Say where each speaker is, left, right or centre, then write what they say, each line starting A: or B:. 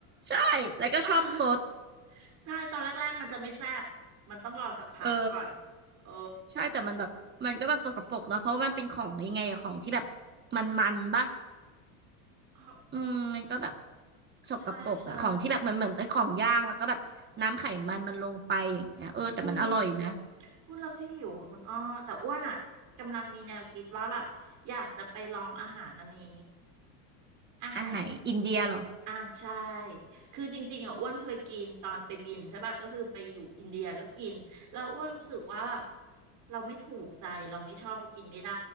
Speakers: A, on the right; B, on the right.
A: ใช่แล้วก็ชอบซด
B: <laughs> ใช่ตอนแรกๆมันจะไม่แซ่บมันต้องรอสักพักก่อน
A: เออ
B: โอ้
A: ใช่แต่มันแบบมันก็แบบสกปรกเนาะเพราะว่ามันเป็นของยังไงอะของที่แบบมันมันปะ
B: เขาเออ
A: อืมมันก็แบบสกปรกอะของที่แบบเหมือนเหมือนเป็นของย่างแล้วก็แบบน้ำไขมันมันลงไปอย่างเงี้ยเออแต่มันอร่อยนะ
B: ใช่ใช่ อุ้ยพูดแล้วก็หิวอ่ะคุณอ้อแต่อ้วนอ่ะกำลังมีแนวคิดว่าแบบอยากจะไปลองอาหารอันนี้อาหาร
A: อันไหนอินเดียเหรอ
B: อ่าใช่คือจริงๆอ่ะอ้วนเคยกินตอนไปบินใช่ป่ะก็คือไปอยู่อินเดียก็กินเราอ้วนรู้สึกว่าแบบเราไม่ถูกใจเราไม่ชอบไปกินไม่ได้